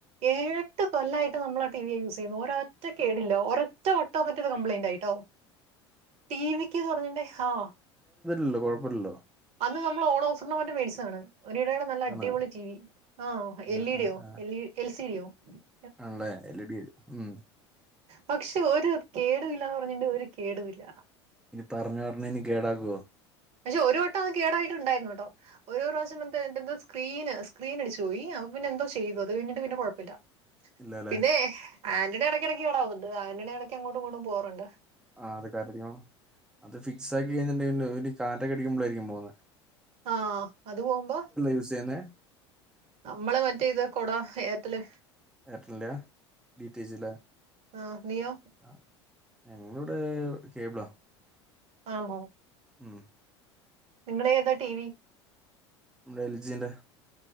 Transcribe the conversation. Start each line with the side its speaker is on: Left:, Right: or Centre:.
Right: ഏഴെട്ട് കൊല്ലയ്ട്ട് നമ്മള് ആ ടിവിയാ യൂസ് ചെയ്യുന്നേ ഒരൊറ്റ കേടില്ല ഒരൊറ്റ ഓട്ടോമാറ്റിക്ക് കംപ്ലൈന്റ് ആയിട്ടോ ടി വിക്ക് കറഞ്ഞണ്ടേ ഹ
Centre: ഇല്ലോ കൊഴപ്പവില്ലല്ലോ
Right: അന്ന് നമ്മള് ഓണോഫറിനോ മറ്റോ മേടിച്ചതാണ് ഒനിടെടെ നല്ല അടിപൊളി
Centre: ആണോ
Right: ടി വി ആ
Centre: ആഹ്
Right: എൽ ഇ
Centre: ആഹ്
Right: ഡിയോ
Centre: ആഹ്
Right: എൽ എൽ സി ഡിയോ? <unintelligible>
Centre: ആണല്ലേ എൽ ഇ ഡി ഉം
Right: പക്ഷെ ഒരു കേടുയില്ലാന്ന് പറയുമ്പം ഇന്റെ ഒരു കേടൂല്ല
Centre: പറഞ്ഞാടനെ ഇനി കേടാക്കുവോ?
Right: പക്ഷെ ഒരു വട്ടം അത് കേടായിട്ടുണ്ടായിരുന്നുട്ടോ ഒര് പ്രാവശ്യം വന്ത് അയിന്റെന്തോ സ്ക്രീന് സ്ക്രീനടിച്ച് പോയി അപ്പ പിന്നെ എന്തോ ചെയ്തത് അത് കഴിഞ്ഞിട്ട് പിന്നെ കൊഴപ്പയില്ല
Centre: ഇല്ലല്ലേ
Right: പിന്നെ ആന്റണിയെ ഇടക്കിടക്കിടയ്ക്ക് കാണാവുന്നുണ്ട് ആന്റണി ഇടക്ക് അങ്ങോട്ടും ഇങ്ങോട്ടും പോകാറൊണ്ട്
Centre: ആ അത് കരഞ്ഞോ? അത് ഫിക്സ് ആക്കി കഴിഞ്ഞെണ്ടെങ്കില് <unintelligible> കാറ്റക്കെയടിക്കുമ്പോളായിരിക്കും പോന്നെ
Right: ആ അത് പോവുമ്പ
Centre: യൂസ് ചെയ്യുന്നേ
Right: നമ്മള് മറ്റേ ഇത് കൊട ഏർറ്റെല്
Centre: ഏട്ടർല്ല ഡിറ്റേജില
Right: ആ നീയോ
Centre: ആ ഞങ്ങളിവിടെ കേബിളാ
Right: ആ ആ
Centre: ഉം
Right: നിങ്ങടെ ഏതാ ടി വി
Centre: നമ്മുടെ എൽജിന്റെ